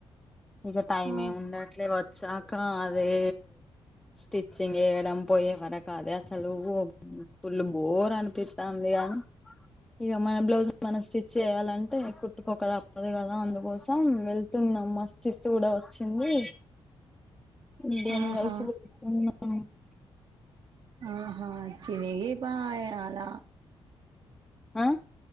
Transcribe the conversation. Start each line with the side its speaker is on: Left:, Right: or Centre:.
Centre: ఇక టైం
Right: ఓ
Centre: ఏ ఉండట్లే వ చాకా అదే తెిచ్చింగేయడం వర కాదేసలు ఫుల్ బోర్ అ పితాందిగాని ఇక మన బ్లౌజ్ మనం స్టిచ్ చేయ్యాలంటే కుట్టుకోక తప్పదు కదా అందుకోసం వెళ్తున్న మా సిస్ కూడా వచ్చింది ఇడి
Right: ఆహా
Centre: <unintelligible>
Right: ఆహా చిని పయాల
Centre: ఆ